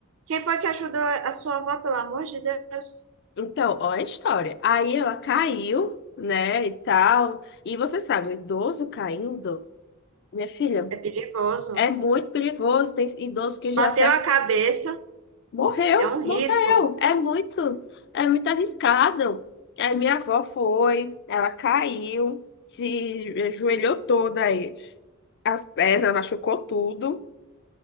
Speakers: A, on the right; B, on the left.
A: Quem foi que ajudou a sua avó, pelo amor de Deus?
B: Então, ó, a história. Aí ela caiu, né, e tal. E você sabe, o idoso caindo, minha filha,
A: É perigoso.
B: é muito perigoso. Tem idoso que já
A: Bateu
B: até
A: a cabeça,
B: Morreu,
A: é um risco.
B: morreu. É muito, é muito arriscado. Aí minha avó foi, ela caiu, se ajoelhou toda aí, as pernas machucou tudo.